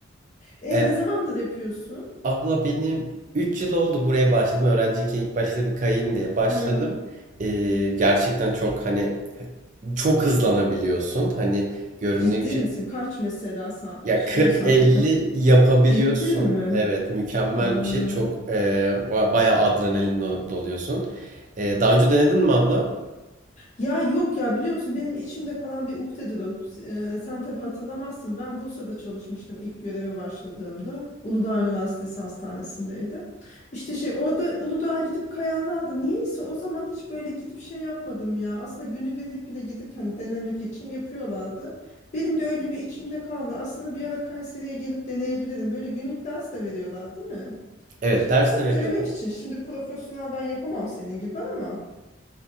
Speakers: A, on the left; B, on the right.
A: E
B: E,
A: ne zamandır yapıyorsun?
B: abla benim 3 yıl oldu buraya başladım. Öğrenciyken ilk başta bir kayayım diye başladım.
A: Hı.
B: Ee, gerçekten çok hani çok hızlanabiliyorsun. Hani göründüğü
A: Ciddi
B: gibi şey.
A: misin? Kaç mesela sa-
B: Ya
A: şey
B: 40-50
A: saatlik ha?
B: yapabiliyorsun.
A: Ciddi mi?
B: Evet, mükemmel
A: Aa.
B: bir şey. Çok e, ba- bayağı adrenalin do- doluyorsun. E, daha önce denedin mi abla?
A: Ya yok ya biliyor musun benim içimde kalan bir ukdedir o. Ee, sen tabii hatırlamazsın. Ben Bursa'da çalışmıştım ilk göreve başladığımda. Uludağ Üniversitesi Hastanesi'ndeydim. İşte şey orada Uludağ'a gidip kayalardı. Niyeyse o zaman hiç böyle gidip şey yapmadım ya. Aslında günübirlik bile gidip hani denemek için yapıyorlardı. Benim de öyle bir içimde kaldı. Aslında bir ara Kayseri'ye gelip deneyebilirim. Böyle günlük ders de veriyorlar, değil mi?
B: Evet,
A: Şey,
B: ders
A: sırf
B: de veriyorlar.
A: denemek için. Şimdi profesyonel ben yapamam senin gibi ama.